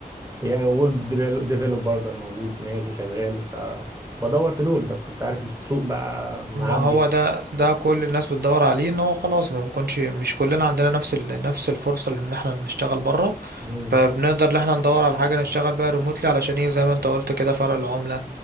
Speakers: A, on the right (about 20°); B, on the right (about 80°).
A: يعني ويب ديفلوب برضه انا موجود ماشي شغال فبدور في دول بس انت عارف السوق بقى معبي
B: ما هو ده ده كل الناس بتدور عليه ان هو خلاص ما بنكونش مش كلنا عندنا نفس ال... نفس الفرصة ان احنا نشتغل بره
A: مم.
B: فبنقدر ان احنا ندور على حاجة نشتغل بقى ريموتلي علشان ايه زي ما انت قلت كده فرق العملة